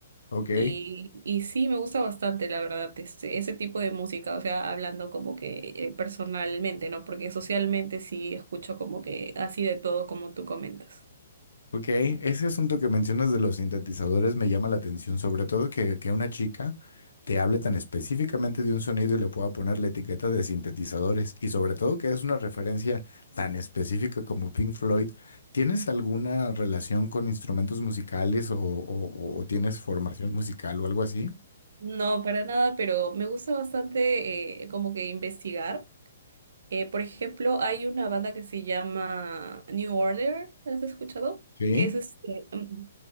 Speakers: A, on the left (about 80°); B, on the right (about 70°).
A: Ok.
B: Y, y sí, me gusta bastante, la verdad, este, ese tipo de música, o sea, hablando como que eh, personalmente, ¿no? Porque socialmente sí escucho como que así de todo como tú comentas.
A: Ok, ese asunto que mencionas de los sintetizadores me llama la atención, sobre todo que, que una chica te hable tan específicamente de un sonido y le pueda poner la etiqueta de sintetizadores y sobre todo que es una referencia tan específica como Pink Floyd. ¿Tienes alguna relación con instrumentos musicales o, o- o tienes formación musical o algo así?
B: No, para nada, pero me gusta bastante eh, como que investigar. Eh, por ejemplo, hay una banda que se llama New Order, ¿la has escuchado?
A: Sí,
B: Que es este, mm,